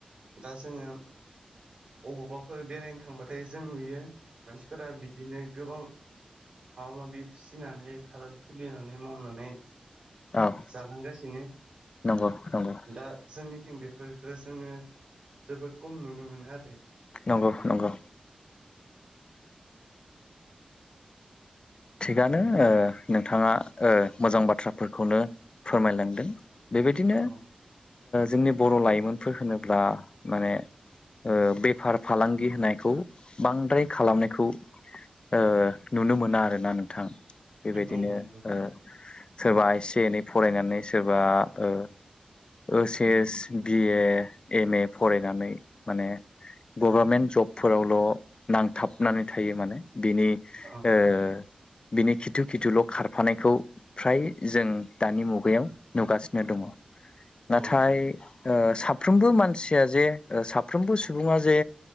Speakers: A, on the right; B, on the left.
A: दा जोङो अबावबाफोर बेरायनो थांबाथाय जों नुयो मानसिफोरा बिदिनो गोबां माबा माबि फिनानै फार्म खुलिनानै मावनानै
B: औ
A: जालांगासिनो
B: नंगौ नंगौ
A: दा जोंनि थिं बेफोरफोरखो जोंङो जोबोद खम नुनो मोनो आरो।
B: नंगौ नंगौ थिगानो ओ नोंथांङा ओ मोजां बाथ्राफोरखौनो फोरमायलांदों बेबायदिनो
A: औ
B: जोंनि बर' लाइमोनफोर होनोब्ला माने ओ बेफार -फालांगि होनायखौ बांद्राय खालामनायखौ ओ नुनो मोना आरोना नोंथां बेबायदिनो
A: औ नंगौ
B: ओ सोरबा एसे -एनै फरायनानै सोरबा ओ ओस S, B A, M A फरायनानै माने गभारमेन्ट जबफोरावल' नांथाबनानै थायो माने बिनि
A: ओं
B: ओ बिनि खिथु खिथुल' खारफानायखौ फ्राय जों दानि मुगायाव नुगासिनो दङ। नाथाय
A: औ
B: ओ साफ्रोमबो मानसिया जे साफ्रोमबो सुबुङा जे